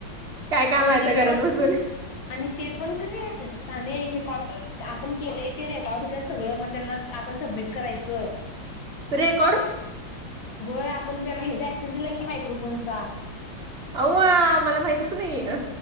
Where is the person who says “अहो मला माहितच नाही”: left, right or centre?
Right